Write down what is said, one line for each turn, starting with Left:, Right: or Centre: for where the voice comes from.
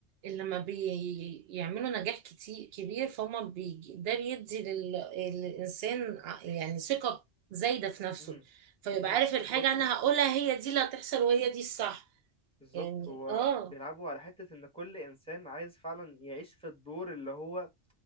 Right: اللي لما بيعملوا نجاح كتير كبير فهم بيجي ده بيدي لل- للإنسان ع- يعني ثقة زايدة في نفسه
Centre: امم
Right: فيبقى
Centre: امم
Right: عارف الحاجة
Centre: بالظبط
Right: أنا هقولها هي دي اللي هتحصل وهي دي الصح
Centre: بالظبط
Right: يعني
Centre: هو
Right: اه
Centre: بيلعبوا على حته ان كل انسان عايز فعلا يعيش في الدور اللي هو